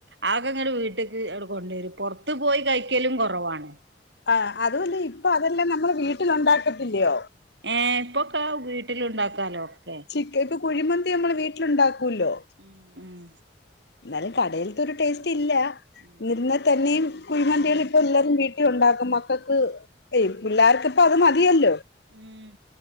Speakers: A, on the right; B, on the left.
A: ആ ഒക്കെ ഇങ്ങട് വീട്ട്ക്ക് ആട് കൊണ്ടേരും പൊറത്ത് പോയി കഴിക്കലും കൊറവാണ്.
B: ആഹ് അതു അല്ല ഇപ്പൊ അതെല്ലാം നമ്മളെ വീട്ടില് ഒണ്ടാക്കത്തില്ലയോ
A: ഏഹ് ഇപ്പൊക്കെ വീട്ടിലുണ്ടാക്കാലോ ഒക്കെ.
B: ചിക് ഇപ്പൊ കുഴിമന്തി നമ്മള് വീട്ടിലുണ്ടാക്കൂല്ലോ.
A: ഉം. ഉം
B: ന്നാലും കടേൽത്തൊരു
A: ഇപ്പൊ
B: ടേസ്റ്റ് ഇല്ലാ
A: ഉം
B: നിന്ന് തന്നെയും കുഴിമന്തികള് ഇപ്പ എല്ലാരും വീട്ടി ഉണ്ടാക്കും മക്കക്ക് ഏയ് പിള്ളാർക്ക് ഇപ്പ അത് മതിയല്ലോ.
A: ഉം.